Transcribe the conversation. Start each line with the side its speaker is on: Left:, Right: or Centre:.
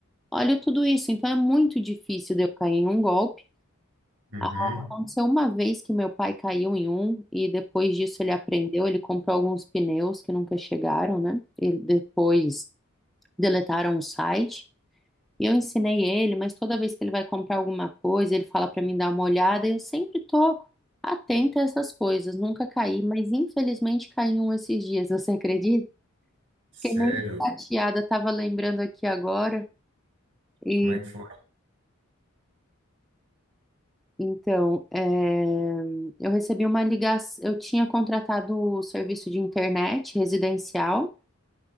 Centre: olho tudo isso, então é muito difícil de eu cair em um golpe.
Right: Uhum.
Centre: Aconteceu uma vez que meu pai caiu em um e depois disso ele aprendeu, ele comprou alguns pneus que nunca chegaram, né? E depois deletaram o site. E eu ensinei ele, mas toda vez que ele vai comprar alguma coisa, ele fala para mim dar uma olhada, e eu sempre tô atenta a essas coisas, nunca caí, mas infelizmente caí em um esses dias, <laughs> você acredita?
Right: Sério?
Centre: Fiquei meio chateada, tava lembrando aqui agora. E
Right: Como é que foi?
Centre: então, é, eu recebi uma ligação, eu tinha contratado o serviço de internet residencial